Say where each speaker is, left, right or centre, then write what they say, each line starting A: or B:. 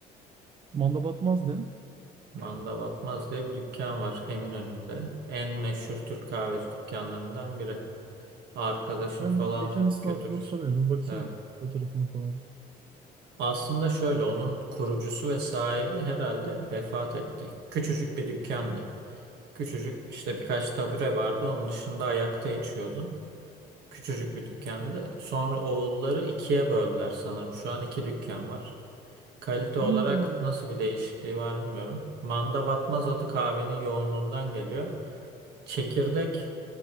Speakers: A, on the right; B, on the right.
A: Manda batmaz ne?
B: Manda Batmaz diye bir dükkan var Eminönü'nde. En meşhur Türk kahveci dükkanlarından biri. Arkadaşın
A: Ben
B: falan
A: mekan ismi
B: götürürsün.
A: hakkında tutamıyorum. Bir bakayım
B: Evet.
A: fotoğrafına falan.
B: Aslında şöyle onun kurucusu ve sahibi herhalde vefat etti. Küçücük bir dükkandı. Küçücük işte birkaç tabure vardı. Onun dışında ayakta içiyordun. Küçücük bir dükkandı. Sonra oğulları ikiye böldüler sanırım. Şu an iki dükkan var. Kalite olarak
A: Hmm.
B: nasıl bir değişikliği var bilmiyorum. Manda batmaz adı kahvenin yoğunluğundan geliyor. Çekirdek